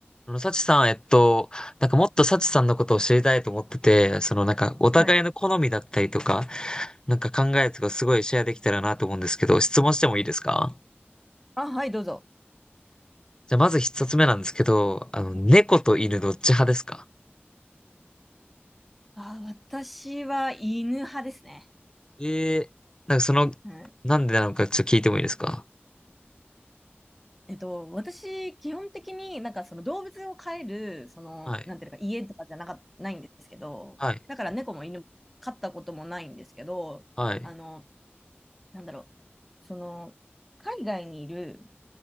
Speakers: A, on the left; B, in the centre.
A: あの、サチさん、えっと、なんかもっとサチさんのことを知りたいと思ってて、そのなんかお互いの好みだったりとか、
B: はい。
A: なんか考えとかすごいシェアできたらなと思うんですけど、質問してもいいですか
B: あ、はい、どうぞ。
A: じゃあまず一つ目なんですけど、あの、猫と犬どっち派ですか
B: あ、私は犬派ですね。
A: ええーなんかその、
B: うん。
A: なんでなのかちょっと聞いてもいいですか
B: えっと、私、基本的になんかその動物を飼える、その、
A: はい、
B: なんていうのか、家とかじゃなか、ないんですけど、
A: はい、
B: だから猫も犬も飼ったこともないんですけど、
A: はい、
B: あの、なんだろう、その、海外にいる、